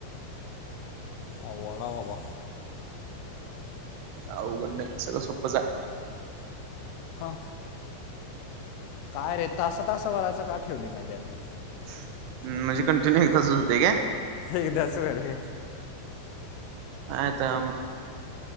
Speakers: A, on the left (about 85°); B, on the right (about 80°).
A: अवघड आहे बाबा.
B: अवघड नाही सगळं सोपंच आहे.
A: हां. काय रे तासा-तासा भरायचं का ठेवली नाही यांनी.
B: हम म्हणजे कंटिन्यू एकदाच होतय काय.
A: एकदाच होय रे
B: काय आता